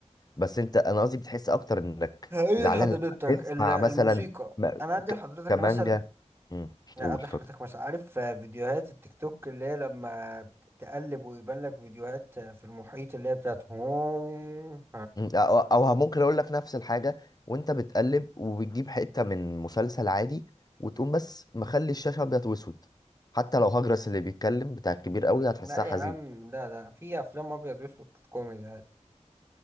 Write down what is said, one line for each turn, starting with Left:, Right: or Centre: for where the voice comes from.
Left: بس أنت أنا قصدي بتحس أكتر إنك
Right: هقول
Left: زعلان
Right: لحضرتك
Left: لما تسمع
Right: ال- الموسيقى
Left: مثلا م-
Right: انا ادي
Left: ك...
Right: لحضرتك
Left: كمانجا
Right: مثل
Left: مم.
Right: لا
Left: قول
Right: ادي
Left: اتفضل
Right: لحضرتك مثل عارف في فيديوهات التيك توك اللي هي لما تقلب ويبان لك فيديوهات في المحيط اللي هي بتاعت هوم
Left: مم. او أو ه- ممكن اقول لك نفس الحاجه وانت بتقلب وبتجيب حته من مسلسل عادي وتقوم بس مخلي الشاشه ابيض واسود حتى لو هجرس اللي بيتكلم بتاع الكبير قوي هتحسها
Right: لا
Left: حزين
Right: يا عم لا لا في افلام ابيض واسود كانت كوميدي عادي